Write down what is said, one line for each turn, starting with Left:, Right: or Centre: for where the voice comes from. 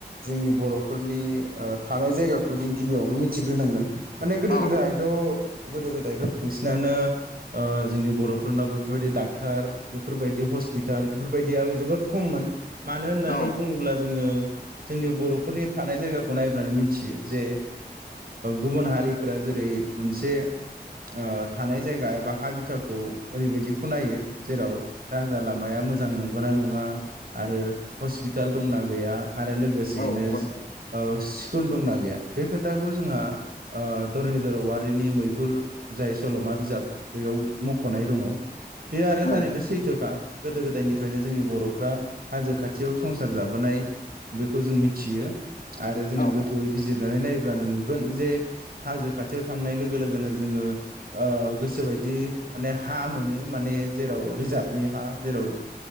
Right: जोंनि बर'फोरनि थानाय जायगाखौ जों गिबियावनो मिथिग्रोनांगोन माने गोदो
Left: औ
Right: गोदायथ' गोदो गोदायथ' बांसिनानो जोंनि बर'फोरनाव बेफोरबायदि डाक्टार बेफोरबायदि हस्पिताल बेफोरबायदिया जोबोद खममोन मानो होननानै
Left: औ
Right: बुङोब्ला जोङो जोंनि बर'फोरनि थानाय जायगाखौ नायब्लानो मिथियो जे गुबुन हारिफोरा जेरै मोनसे ओ थानाय जायगा एबा हा बिथाखौ ओरैबायदिखौ खौ नायो जेराव राजा लामाया मोजां नंगौ ना नङा आरो हस्पिटाल दंना गैया आरो लोगोसेयैनो
Left: औ औ
Right: स्कुल दंना गैया बे खोथाखौ जोंहा धरनिधर औवारिनि मैहुर जाय सल'मा बिजाब बेयाव मख'नाय दङ बे आरो
Left: औ
Right: थारैनो सैथोखा गोदो गोदायनिफ्रायनो जोंनि बर'फ्रा हाजो खाथियाव संसार जाबोनाय बेखौ जों मिथियो आरो जोङो
Left: औ
Right: गोथौयै बिजिरनानै नायब्लानो नुगोन जे हाजो खाथियाव थांनाय लोगो लोगोनो जोङो गोसोबायदि माने हा मोनो माने जेराव रिजार्भनि हा जेराव